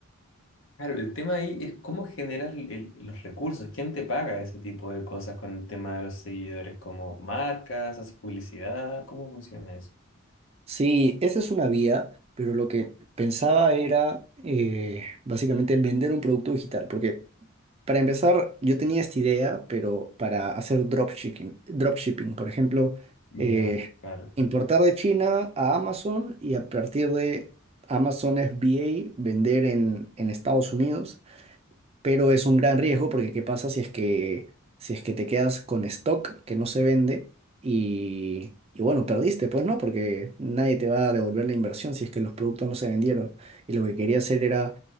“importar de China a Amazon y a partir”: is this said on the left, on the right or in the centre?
Right